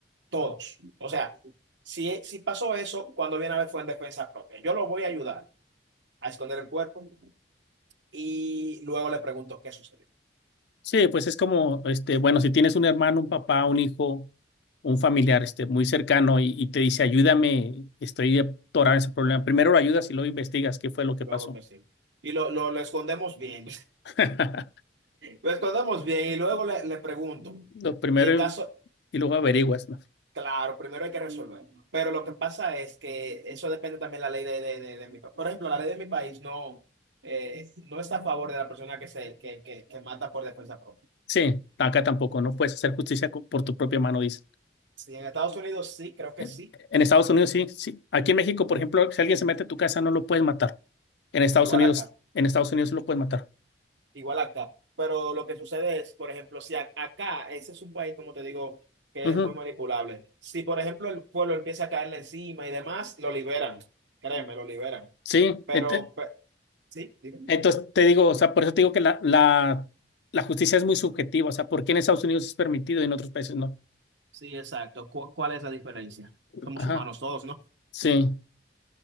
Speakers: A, on the right; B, on the left.
A: Todos. O sea, si, si pasó eso, cuando viene a ver fue en defensa propia. Yo lo voy a ayudar a esconder el cuerpo y luego le pregunto qué sucedió.
B: Sí, pues es como, este, bueno, si tienes un hermano, un papá, un hijo, un familiar, este, muy cercano y, y te dice, ayúdame, estoy atorado en ese problema. Primero lo ayudas y luego investigas qué fue lo que
A: Luego
B: pasó.
A: investigo. Y lo, lo, lo escondemos bien. <laughs>
B: <laughs>
A: Lo escondemos bien y luego le, le pregunto.
B: Lo primero
A: Y en caso,
B: y luego averiguas, ¿no?
A: claro, primero hay que resolver. Pero lo que pasa es que eso depende también de la ley de, de, de, de mi país. Por ejemplo, la ley de mi país no, eh, no está a favor de la persona que, se, que, que, que mata por defensa propia.
B: Sí, acá tampoco, no puedes hacer justicia co- por tu propia mano, dice.
A: Sí, en Estados Unidos sí, creo que
B: En,
A: sí.
B: en Estados Unidos sí, sí. Aquí en México, por ejemplo, si alguien se mete a tu casa, no lo puedes matar. En Estados
A: Igual
B: Unidos,
A: acá.
B: en Estados Unidos sí lo puedes matar.
A: igual acá. Pero lo que sucede es, por ejemplo, si a- acá, ese es un país, como te digo, que
B: Ujú.
A: es muy manipulable. Si, por ejemplo, el pueblo empieza a caerle encima y demás, lo liberan. Créeme, lo liberan.
B: Sí,
A: Pero,
B: et-
A: pe- sí, dime.
B: Entonces, te digo, o sea, por eso te digo que la, la, la justicia es muy subjetiva, o sea, ¿por qué en Estados Unidos es permitido y en otros países no?
A: Sí, exacto. ¿Cu- cuál es la diferencia? Somos
B: Ajá,
A: humanos todos, ¿no?
B: sí,